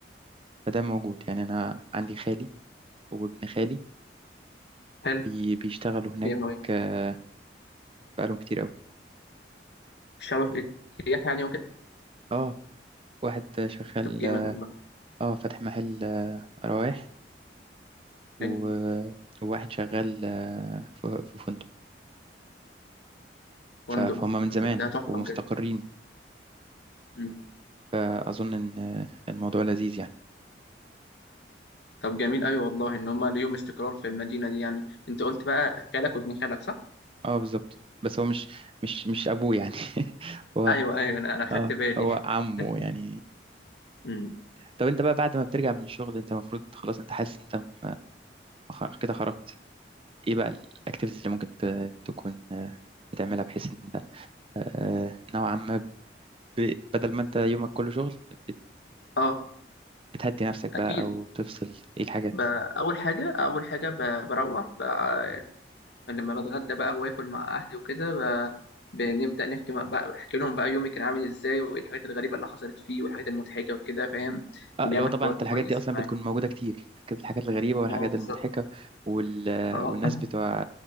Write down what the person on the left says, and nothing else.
حلو
بيعملوا إيه؟
مش عارف
ايه سياح يعني وكده
طب جامد والله
حلو
فندق
ده, ده تحفه
بجد مم.
طب جميل أوي والله ان هم ليهم استقرار في المدينه دي يعني انت قلت بقى خالك وابن خالك صح
ايوه ايوه انا انا خدت
بالي
<laughs>
مم.
اه
اكيد
ب- اول حاجه اول حاجه ب- بروح بقى لما بتغدى بقى واكل مع اهلي وكده ب- بنبدا نحكي مع- بقى بحكي لهم بقى يومي كان عامل ازاي وايه الحاجات الغريبه اللي حصلت فيه والحاجات المضحكه وكده فاهم
بنعمل
حوار
كويس
معاهم
اه بالظبط
اه